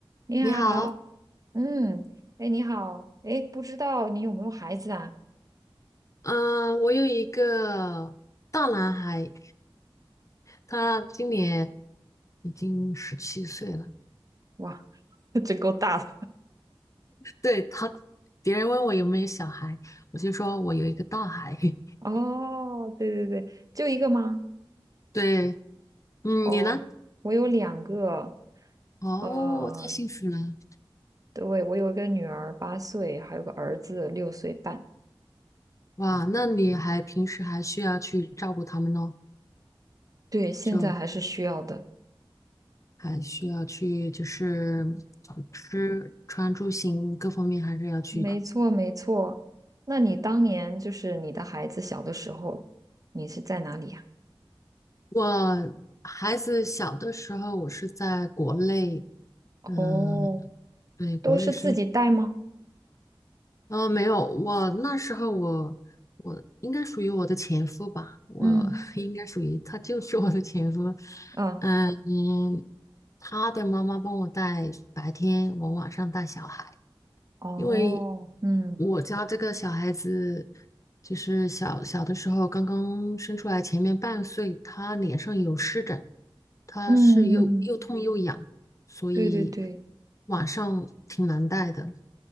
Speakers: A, on the right (about 40°); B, on the left (about 35°).
A: 你好，
B: 你好，
A: 嗯，哎，你好，哎，不知道你有没有孩子啊？
B: 嗯、我有一个大男孩，他今年已经十七岁了。
A: 哇，<laughs> 真够大的。
B: 对他，别人问我有没有小孩，我就说我有一个大孩。<laughs>
A: 哦，对对对，就一个吗？
B: 对，嗯，
A: 哦，
B: 你呢？
A: 我有两个，
B: 哦，
A: 呃，
B: 太幸福了，
A: 对，我有一个女儿八岁，还有个儿子六岁半。
B: 哇！那你还平时还需要去照顾他们哦，
A: 对，现在还是需要的。
B: 就还需要去就是吃穿住行各方面还是要去
A: 没错，没错。那你当年就是你的孩子小的时候，你是在哪里呀？
B: 我孩子小的时候，我是在国内，
A: 哦，
B: 嗯，对，国内生，
A: 都是自己带吗？
B: 呃，没有，我那时候我我应该属于我的前夫吧，我
A: 嗯，
B: <laughs> 应该属于他就是我的前夫，
A: 啊，
B: 嗯嗯，他的妈妈帮我带白天，我晚上带小孩，
A: 哦，
B: 因为
A: 嗯。
B: 我家这个小孩子，就是小小的时候刚刚生出来，前面半岁，他脸上有湿疹，他是又又痛又痒，
A: 嗯，
B: 所以
A: 对对对，
B: 晚上挺难带的。